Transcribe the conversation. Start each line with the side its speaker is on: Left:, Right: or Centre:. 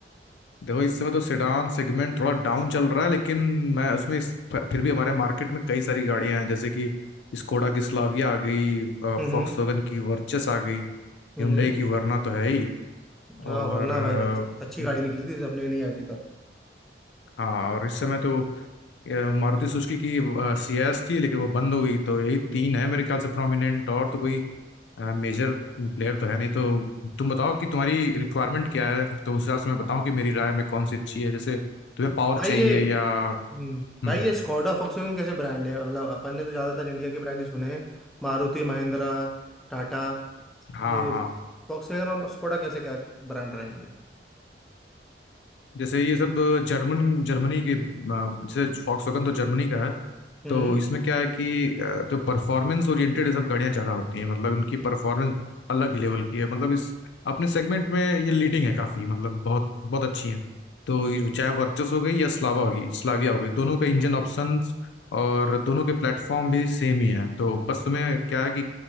Left: देखो इस समय तो सेडान सेगमेंट थोड़ा डाउन चल रहा है लेकिन मैं उसमें इस- फिर भी हमारे मार्केट में कई सारी गाड़ियां हैं जैसे कि स्कोडा की स्लाविया आ गई
Centre: हम्म
Left: फॉक्सवैगन
Centre: हम्म
Left: की वर्चस आ गई
Centre: हम्म,
Left: Hyundai
Centre: हम्म।
Left: की वरना तो है ही
Centre: हाँ
Left: और
Centre: वरना भाई बच- अच्छी
Left: अ,
Centre: गाड़ी निकली थी अपने नहीं आई थी तब
Left: हाँ और इस समय
Centre: हम्म।
Left: तो अ, मारुति सुजुकी की सीएस थी लेकिन वो बंद हो गई तो यही तीन है मेरे ख्याल से प्रोमिनेंट और तो कोई मेजर प्लेयर तो है नहीं तो तुम बताओ कि तुम्हारी रिक्वायरमेंट क्या है तो उस हिसाब से मैं बताऊं कि मेरी राय में कौन सी अच्छी है जैसे तुम्हें पावर
Centre: भाई
Left: चाहिए
Centre: ये
Left: या
Centre: हम्म
Left: हम्म,
Centre: भाई ये स्कॉडा फॉक्सवैगन कैसे ब्रांड है मतलब अपन ने तो ज्यादातर इंडिया के ब्रांड ही सुने हैं मारुति महिंद्रा टाटा
Left: हाँ
Centre: ये
Left: हाँ
Centre: फॉक्सवैगन और स्कॉडा कैसे क्या ब्रांड रहेंगे
Left: जैसे ये सब जर्मन जर्मनी के अ, जैसे फॉक्सवैगन तो जर्मनी का है
Centre: हम्म
Left: तो इसमें क्या है कि अ, जो परफॉर्मेंस ओरिएंटेड ये सब गाड़ियां ज्यादा होती हैं मतलब इनकी परफॉर्मेंस अलग ही लेवल की है मतलब इस अपने सेगमेंट में ये लीडिंग है काफी मतलब बहुत बहुत अच्छी है तो ये
Centre: अच्छा
Left: चाहे वर्चस हो गई या स्लावा होगी स्लाविया हो गई दोनों का इंजन
Centre: हम्म
Left: ऑप्शंस और दोनों के प्लेटफॉर्म भी सेम ही है तो बस तुम्हें क्या है कि